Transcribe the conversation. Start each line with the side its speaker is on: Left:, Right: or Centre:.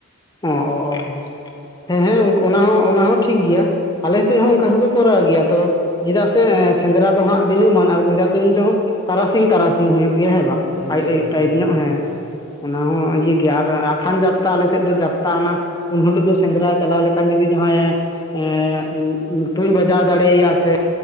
Left: ᱚ ᱚ ᱚᱻ ᱦᱮᱸ ᱦᱮᱸ ᱚᱱᱟ ᱦᱚᱸ ᱚᱱᱟ ᱦᱚᱸ ᱴᱷᱤᱠ ᱜᱮᱭᱟ ᱟᱞᱮ ᱥᱮᱫ ᱦᱚᱸ ᱚᱱᱠᱟ ᱦᱚᱸᱠᱚ ᱠᱚᱨᱟᱣ ᱜᱮᱭᱟ ᱛᱚ᱾ ᱪᱮᱫᱟᱜ ᱥᱮᱸ ᱥᱮᱸᱫᱽᱨᱟ ᱫᱚ ᱦᱟᱸᱜ ᱫᱤᱱᱟᱹᱢᱟᱱ ᱟᱨ ᱵᱚᱡᱷᱟ ᱛᱩᱧ ᱡᱚᱦᱚᱜ ᱛᱟᱨᱟᱥᱤᱧ ᱛᱟᱨᱟᱥᱤᱧ ᱦᱩᱭᱩᱜ ᱜᱮᱭᱟ ᱦᱮᱸ ᱵᱟᱝ
Right: ᱦᱳᱭ ᱦᱳᱭ
Left: ᱟᱭᱩᱵ ᱟᱹᱭᱩᱵ
Right: ᱦᱳᱭ
Left: ᱴᱟᱭᱤᱯ
Right: ᱦᱳᱭ
Left: ᱧᱚᱜ
Right: ᱦᱳᱭ
Left: ᱦᱮᱸ ᱚᱱᱟ ᱦᱚᱸ ᱤᱭᱟᱹ ᱜᱮ ᱟᱠᱷᱟᱱ ᱡᱟᱛᱛᱟ ᱟᱞᱮ ᱥᱮᱫ ᱫᱚ ᱡᱟᱛᱛᱟ ᱚᱱᱟ ᱩᱱ ᱦᱤᱞᱳᱜ ᱫᱚ ᱥᱮᱸᱫᱽᱨᱟ ᱪᱟᱞᱟᱣ ᱞᱮᱠᱷᱟᱱ ᱡᱩᱫᱤ ᱡᱟᱦᱟᱸᱭᱮ ᱮᱸ <unintelligible> ᱛᱩᱧ ᱵᱟᱡᱟᱣ ᱫᱟᱲᱮᱭᱟᱭᱟ ᱥᱮ